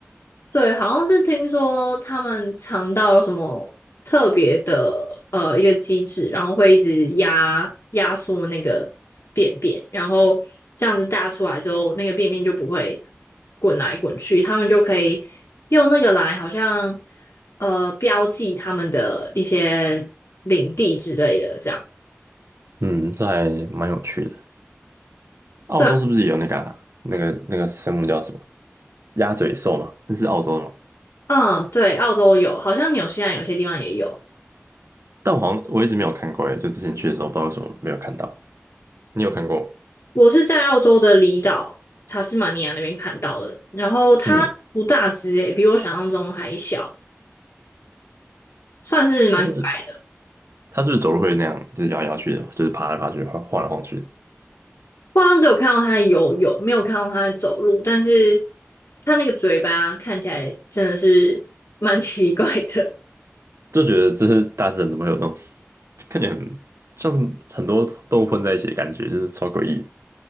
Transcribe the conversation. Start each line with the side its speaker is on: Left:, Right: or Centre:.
Left: 对，好像是听说他们肠道有什么特别的呃一个机制，然后会一直压压缩那个便便，然后这样子大出来之后，那个便便就不会滚来滚去，他们就可以用那个来好像呃标记他们的一些领地之类的，这样。
Right: 嗯，这还蛮有趣的。澳洲是不是也有那个啊那个那个生物叫什么
Left: 对，
Right: 鸭嘴兽嘛？那是澳洲的吗？
Left: 嗯，对，澳洲有，好像纽西兰有些地方也有。
Right: 但我好像我一直没有看过耶，就之前去的时候不知道为什么没有看到。你有看过吗
Left: 我是在澳洲的离岛塔斯马尼亚那边看到的，然后它不大只诶，
Right: 嗯，
Left: 比我想象中还小，算是蛮可爱的。
Right: 它是他是不是走路会那样，就是摇来摇去的，就是爬来爬去，晃来晃去的，
Left: 我好像只有看到它游泳，没有看到它走路，但是它那个嘴巴看起来真的是蛮奇怪的。
Right: 就觉得这是大自然怎么会有这种看起来很像是很多动物混在一起的感觉，就是超诡异的。